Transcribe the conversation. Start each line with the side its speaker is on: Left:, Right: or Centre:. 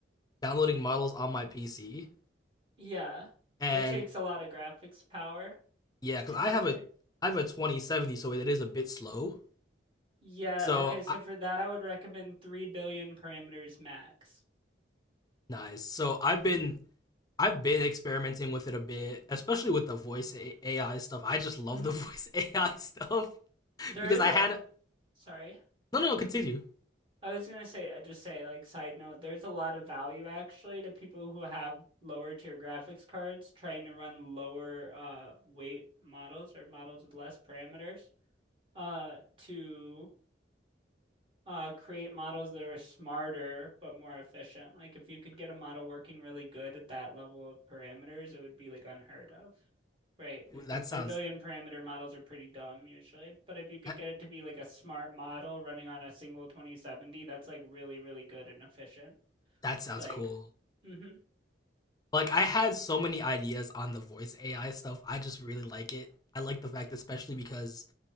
Left: downloading models on my PC,
Right: Yeah.
Left: and
Right: It takes a lot of graphics power,
Left: yeah, because
Right: basically.
Left: I have a I have a 2070, so it is a bit slow.
Right: Yeah,
Left: So
Right: okay, so
Left: I,
Right: for that I would recommend 3 billion parameters max.
Left: nice. So I've been I've been experimenting with it a bit, especially with the voice AI stuff. I just love
Right: hmm
Left: the <laughs> voice AI stuff
Right: There
Left: because
Right: is
Left: I
Right: a,
Left: had
Right: sorry.
Left: no no continue.
Right: I was gonna say, uh, just say, like, side note, there's a lot of value actually to people who have lower tier graphics cards trying to run lower uh weight models or models with less parameters uh to uh, create models that are smarter but more efficient. Like if you could get a model working really good at that level of parameters, it would be like unheard of, right? Because
Left: That
Right: three
Left: sounds
Right: billion parameter models are pretty dumb usually. But if you could
Left: that,
Right: get it to be like a smart model running on a single 2070, that's like really, really good and efficient.
Left: that sounds
Right: It's like,
Left: cool.
Right: mm-hmm.
Left: Like I had so many ideas on the voice AI stuff. I just really like it. I like the fact especially because